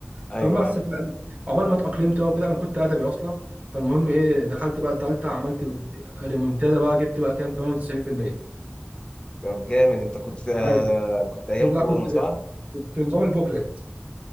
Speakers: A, on the left; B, on the right.
A: أيوه
B: فبس
A: أيوه
B: في- عقبال ما اتاقلمت بقى وكده انا كنت ادبي اصلا فالمهم ايه دخلت بقى الثالثه عملت ريمونتادا بقى جبت بقى كام 98%
A: طب جامد أنت كنت آه
B: ايوه
A: كنت أيام
B: لا
A: كورونا
B: كنت
A: صح؟
B: كنت نظام البوكلت